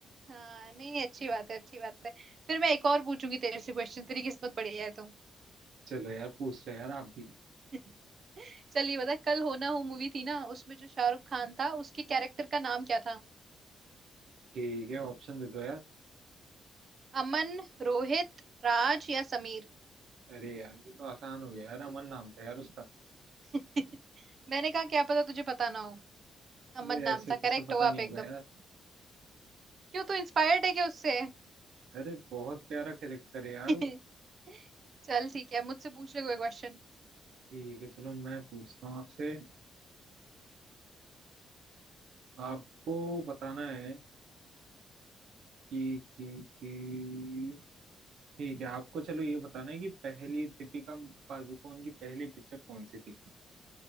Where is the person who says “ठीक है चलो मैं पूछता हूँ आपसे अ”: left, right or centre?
Right